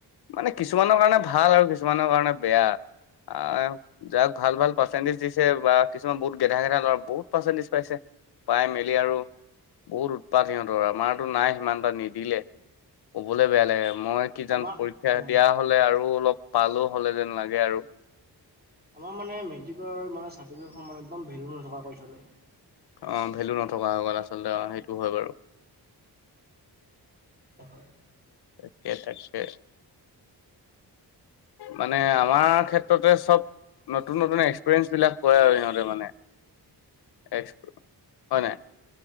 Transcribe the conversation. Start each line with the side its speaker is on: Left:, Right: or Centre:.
Left: মানে কিছুমানৰ কাৰণে ভাল আৰু কিছুমানৰ কাৰণে বেয়া আ যাক ভাল ভাল পাৰ্চেণ্টেজ দিছে বা কিছুমান বহুত গেধা গেধা ল'ৰা বহুত পাৰ্চেণ্টেজ পাইছে। পাই মেলি আৰু বহুত উৎপাত সিহঁতৰ আমাৰতো নাই সিমানটা নিদিলে। ক'বলৈ বেয়া লাগে মই কিজান
Right: আমাৰ অ
Left: দিয়া হ'লে আৰু অলপ পালো হ'লে যেন লাগে আৰু।
Right: আমাৰ মানে মেট্ৰিকৰ মানে চাৰ্টিফিকেটখন মানে একদম ভেলু নথকা কৰি থ'লে।
Left: অ', ভেলু নথকা হৈ গ'ল আচলতে অ' সেইটো হয় বাৰু।
Right: হয়।
Left: তাকে, তাকে। মানে আমাৰ ক্ষেত্ৰতে চব নতুন নতুন এক্সপেৰিয়েঞ্চবিলাক কৰে আৰু সিহঁতে মানে। এক্স হয় নাই?